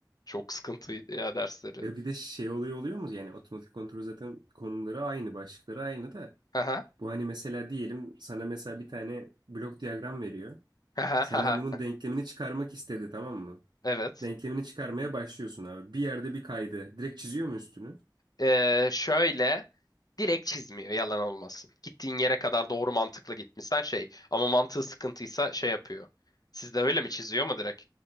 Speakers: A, on the left; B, on the right.
A: Çok sıkıntıydı ya dersleri.
B: Ya bir de şey oluyor oluyor mu? Yani otomatik kontrol zaten konuları aynı, başlıkları aynı da.
A: Haha.
B: Bu hani mesela diyelim sana mesela bir tane blok diyagram veriyor.
A: Haha.
B: Senden bunun denklemini çıkarmak istedi tamam mı?
A: Evet.
B: Denklemini çıkarmaya başlıyorsun abi. Bir yerde bir kaydı. Direkt çiziyor mu üstünü?
A: Ee, şöyle direkt çizmiyor yalan olmasın. Gittiğin yere kadar doğru mantıklı gitmişsen şey ama mantığı sıkıntıysa şey yapıyor. Sizde öyle mi çiziyor mu direkt?